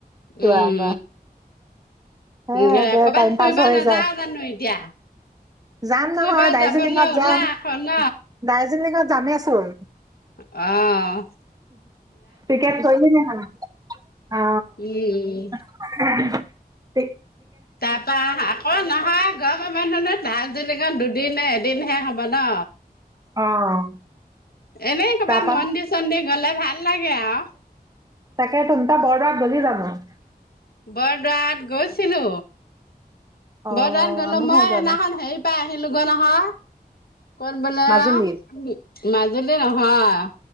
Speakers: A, on the right (about 20°); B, on the left (about 70°).
A: কিবা
B: উম।
A: এটা। হে
B: উম,
A: দে
B: কবাত
A: টাইম
B: ফুৰিব
A: পাছ হৈ
B: নাযাও
A: যায়।
B: জানো এতিয়া?
A: যাম
B: ফুৰিব
A: নহয়, দাৰ্জিলিঙত
B: যাবলৈ ওলা
A: যাম,
B: আকৌ ন
A: দাৰ্জিলিঙত যামেইচোন।
B: আহ।
A: টিকেট কৰিলিনে নাই অ
B: উম
A: <unintelligible> তে।
B: তাৰপা আকৌ নহয় গৰমৰ মানুহ ন দাৰ্জিলিঙত দুদিনে দিনহে হ'ব ন?
A: অ',
B: এনেই কবা
A: তাৰপা
B: মন্দিৰ-চন্দিৰ গলে ভাল লাগে আৰু।
A: তাকেটো তই বৰদোৱাত গলি জানো। <unintelligible>
B: বৰদোৱাত গৈছিলো,
A: অ
B: বৰদোৱাত গলো
A: আমিহে
B: মই
A: যোৱা
B: সেইদিনাখন
A: নাই
B: হেৰি আহিলোগৈ নহয় গৈ পেলাই
A: মাজুলী
B: <unintelligible> মাজুলী নহয়,